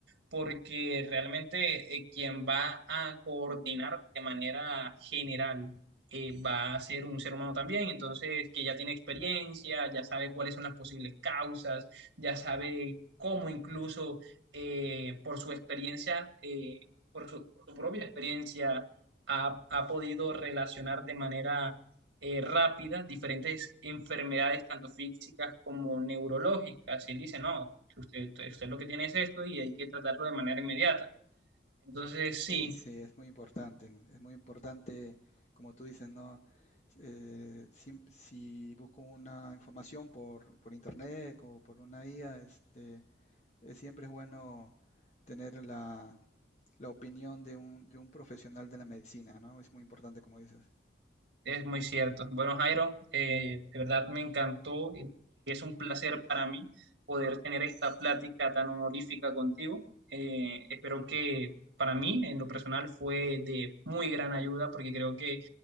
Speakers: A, on the right; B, on the left.
A: porque realmente eh, quien va a coordinar de manera general eh, va a ser un ser humano también, entonces que ya tiene experiencia, ya sabe cuáles son las posibles causas, ya sabe cómo incluso eh, por su experiencia, eh, por su, por su propia experiencia, ha, ha podido relacionar de manera eh, rápida diferentes enfermedades, tanto físicas como neurológicas. Y él dice, no, usted, usted lo que tiene es esto y hay que tratarlo de manera inmediata. Entonces,
B: Sí,
A: sí,
B: sí, es muy importante, ¿no? es muy importante, como tú dices, ¿no? Eh, si, si busco una información por, por internet o por una IA, este, es, siempre es bueno tener la, la opinión de un, de un profesional de la medicina, ¿no? Es muy importante, como dices.
A: Es muy cierto. Bueno, Jairo, eh, de verdad me encantó y es un placer para mí poder tener esta plática tan honorífica contigo. Eh, espero que para mí, en lo personal, fue de muy gran ayuda porque creo que